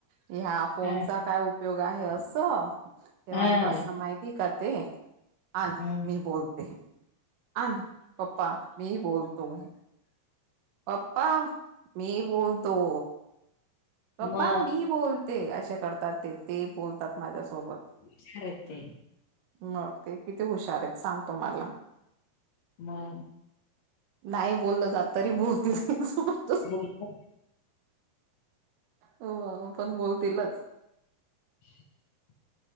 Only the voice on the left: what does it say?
ह
ह
हम्म.
मग
हुशार आहेत ते
म.
बिकुल.
<inaudible>